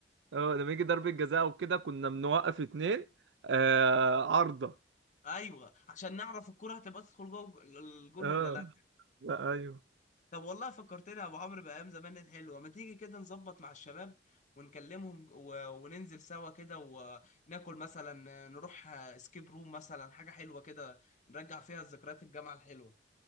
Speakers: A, on the right; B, on the left.
A: اه لما يجي ضرب الجزاء وكده كنا بنوقف اتنين آه عارضه
B: ايوه عشان نعرف الكرة هتبقى تدخل جوه الجون
A: اه
B: ولا لا
A: لا ايوه
B: طب والله فكرتني يا ابو عمرو بايام زمان الحلوه ما تيجي كده نظبط مع الشباب ونكلمهم و... وننزل سوا كده وناكل مثلا نروح سكيب روم مثلا حاجه حلوه كده نرجع فيها ذكريات الجامعه الحلوه